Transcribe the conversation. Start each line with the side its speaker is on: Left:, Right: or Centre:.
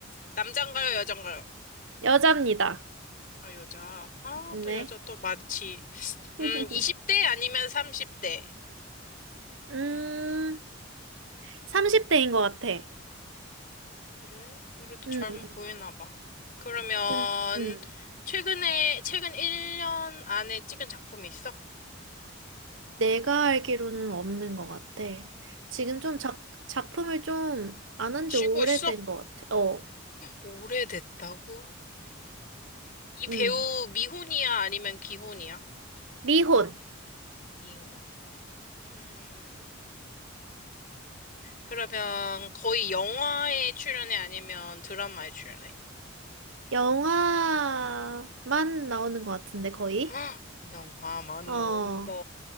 Left: 남잔가요, 여잔가요?
Right: 여자입니다.
Left: 아, 여자. 아,
Right: 네.
Left: 또 여자 또 많지.
Right: <laughs>
Left: 음, 20대 아니면 30대.
Right: 음, 30대인 것 같아.
Left: 그래? 그래도
Right: 음,
Left: 젊어 보이나 봐. 그러면,
Right: 음. 음.
Left: 최근에, 최근 1년 안에 찍은 작품이 있어?
Right: 내가 알기로는 없는 것 같아. 지금 좀 작, 작품을 좀 안 한지
Left: 쉬고
Right: 오래된
Left: 있어?
Right: 것 같아. 어,
Left: 오래됐다고? 이
Right: 음.
Left: 배우 미혼이야 아니면 기혼이야?
Right: 미혼.
Left: 미혼. 음. 그러면 거의 영화에 출연해 아니면 드라마에 출연해?
Right: 영화만 나오는 것 같은데, 거의?
Left: <gasps> 헉! 영화만
Right: 어,
Left: 나온다.